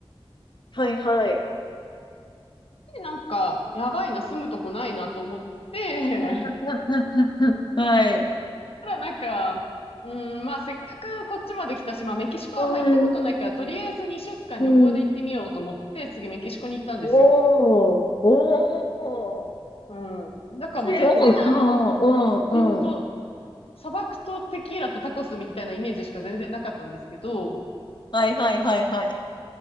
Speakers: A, on the left; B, on the left.
A: はい、はい。
B: でなんか、やばいな、住むとこないなと思って、
A: <laughs>
B: <laughs>
A: はい。
B: ただなんか、うん、まあせっかくこっちまで来たし、まあメキシコはあんま行ったことないから、
A: うん、
B: とりあえず2週間旅行で行ってみようと思って、
A: うん
B: 次メキシコに行ったんですよ。
A: おー、おー、
B: うん。だからもう全然あの、
A: 生お徒。ああうん、
B: 本当
A: うん。
B: 砂漠とテキーラとタコスみたいなイメージしか全然なかったんですけど、
A: はいはいはいはい。